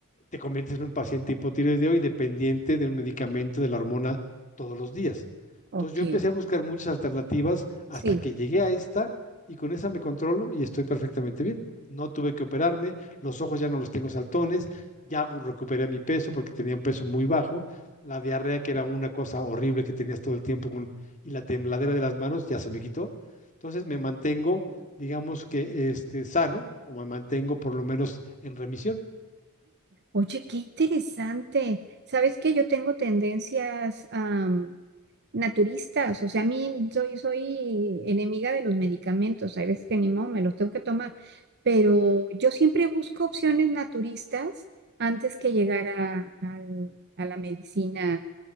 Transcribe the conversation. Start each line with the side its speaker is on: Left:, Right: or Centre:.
Left: te conviertes en un paciente hipotiroideo y dependiente de un medicamento de la hormona todos los días.
Right: ok.
Left: Entonces yo empecé a buscar muchas alternativas hasta
Right: Sí.
Left: que llegué a esta y con esa me controlo y estoy perfectamente bien. No tuve que operarme, los ojos ya no los tengo saltones, ya recuperé mi peso porque tenía un peso muy bajo, la diarrea que era una cosa horrible que tenías todo el tiempo con, y la tembladera de las manos ya se me quitó. Entonces me mantengo digamos que este, sano, o me mantengo por lo menos en remisión.
Right: Oye, qué interesante. ¿Sabes que yo tengo tendencias am, naturistas? O sea, a mí soy, soy enemiga de los medicamentos. Hay veces que ni modo me los tengo que tomar. Pero yo siempre busco opciones naturistas antes que llegar a, al- a la medicina